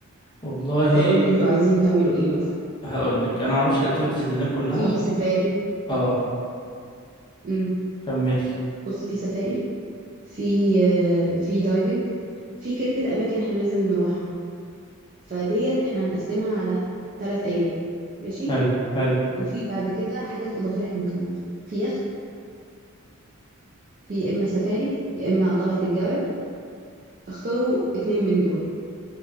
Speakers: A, on the left; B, on the right.
A: والله
B: فقولي انتوا عايزين تعملوا ايه مثلا
A: هقول لك انا ما اعرفش الاكتيفيتيز اللي هناك كلها
B: في سفاري
A: اه
B: امم
A: كملي
B: بص في سفاري في آه، في دايفنج في كده كده اماكن احنا لازم نروحها فديت احنا هنقسمها على ثلاث ايام ماشي
A: حلو حلو
B: وفي بعد كده حاجات اضافيه احنا ممكن نعملها في يخت في يا اما سفاري يا اما طلعه الجبل اختاروا اتنين من دول